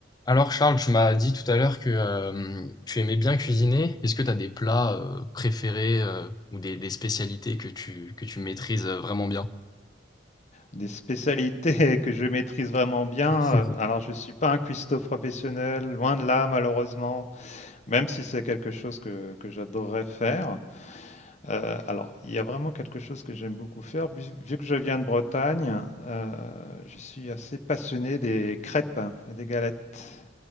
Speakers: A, on the left; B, on the left.
A: Alors Charles, tu m'as dit tout à l'heure que euh, tu aimais bien cuisiner. Est-ce que tu as des plats euh, préférés euh, ou des, des spécialités que tu que tu maîtrises euh, vraiment bien?
B: des spécialités <laughs> que je maîtrise vraiment bien.
A: <laughs>
B: Alors, je ne suis pas un cuistot professionnel, loin de là, malheureusement, même si c'est quelque chose que, que j'adorerais faire. Euh, alors, il y a vraiment quelque chose que j'aime beaucoup faire. Vu, vu que je viens de Bretagne, euh, je suis assez passionné des crêpes hein, et des galettes.